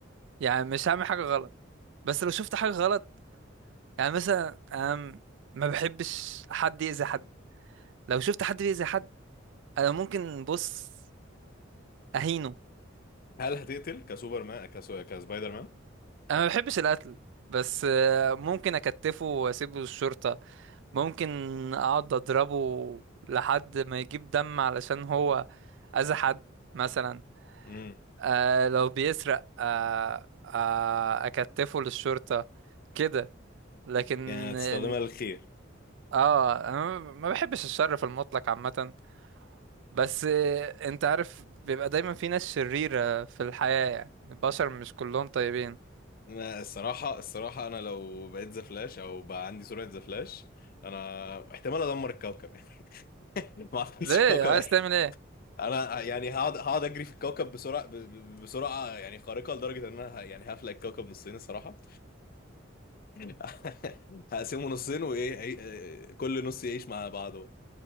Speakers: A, on the right; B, on the left.
A: يعني مش هعمل حاجة غلط بس لو شفت حاجة غلط يعني مثلا انا م- ما بحبش حد يأذي حد لو شفت حد بيأذي حد انا ممكن بص اهينه
B: هل هتقتل كسوبر مان كسو... كسبايدر مان؟
A: انا ما بحبش القتل بس آه، ممكن اكتفه واسيبه للشرطة ممكن اقعد اضربه لحد ما يجيب دم علشان هو اذى حد مثلا
B: امم
A: آه لو بيسرق آه آه اكتفه للشرطة كده لكن
B: يعني هتستخدمها
A: إن-
B: للخير
A: اه انا ما ما بحبش الشر في المطلق عامة بس آه، انت عارف بيبقى دايما في ناس شريرة في الحياة يعني البشر مش كلهم طيبين
B: انا الصراحة الصراحة انا لو بقيت ذا فلاش او بقى عندي سرعة ذا فلاش انا احتمال ادمر الكوكب <laughs> يعني ما اعتقدش
A: ليه
B: الكوكب
A: عايز تعمل
B: انا يعني هقعد هقعد اجري في الكوكب بسرعه ب- ب- بسرعه يعني خارقه لدرجه ان انا ه- يعني هفلق الكوكب نصين الصراحه <laughs> هقسمه نصين وايه هي- كل نص يعيش مع بعضه بقى.